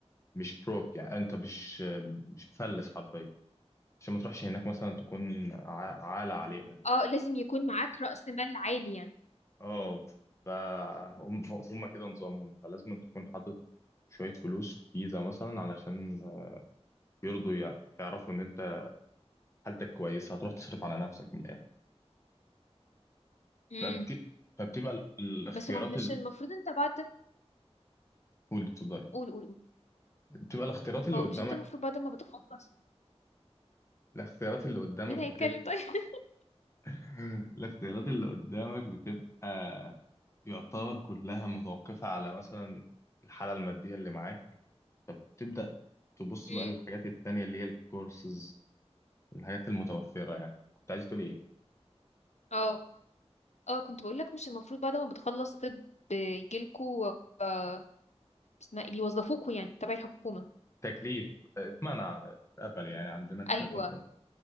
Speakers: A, on the left (about 25°); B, on the left (about 90°).
A: مش بروك يعني انت مش مش مفلس حرفيا عشان ما تروحش هناك مثلا تكون ع- عالة عليهم
B: اه لازم يكون معاك رأس مال عالي يعني
A: اه فهم هم كده نظامهم فلازم تكون حاطط شوية فلوس في فيزا مثلا علشان يرضوا يع- يعرفوا إن أنت حالتك كويسة هتروح تصرف على نفسك من الآخر
B: امم
A: فبت... فبتبقى ال- الاختيارات
B: بس هو مش
A: اللي
B: المفروض انت بعد
A: قولي اتفضلي
B: قول قول قول
A: بتبقى الاختيارات اللي
B: هو
A: قدامك
B: مش انت المفروض بعد ما بتخلص
A: الاختيارات اللي قدامك
B: مين
A: بتبقى
B: هيتكلم طيب <laughs>
A: <laughs> الاختيارات اللي قدامك بتبقى يعتبر كلها متوقفة على مثلا الحالة المادية اللي معاك فبتبدأ تبص
B: امم
A: بقى للحاجات التانية اللي هي الكورسز الحاجات المتوفرة يعني كنت عايز تقولي إيه
B: اه اه كنت بقول لك مش المفروض بعد ما بتخلص طب يجيلكوا آه، اسمها ايه بيوظفوكوا يعني تبع الحكومة
A: تكليف اتمنع اتقفل يعني عندنا كطب
B: ايوه